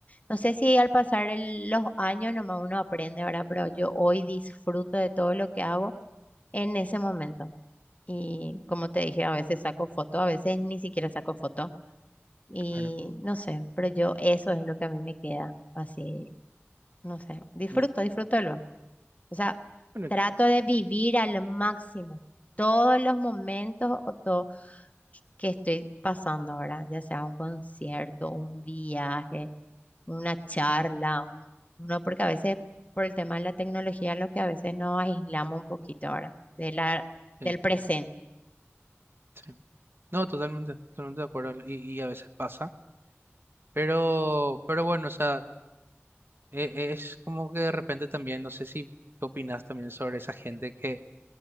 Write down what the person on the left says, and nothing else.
No sé si al pasar el- los años nomás uno aprende, ¿verdad? Pero yo hoy disfruto de todo lo que hago en ese momento. Y como te dije, a veces saco foto, a veces ni siquiera saco foto. Y
no sé, pero yo eso es lo que a mí me queda así, no sé, disfruto,
disfrútalo. O sea,
trato
de vivir al máximo todos los momentos o todo que estoy pasando ahora, ya sea un concierto, un viaje, una charla, un- uno, porque a veces por el tema de la tecnología, lo que a veces nos aislamos un poquito ahora de la,
del presente.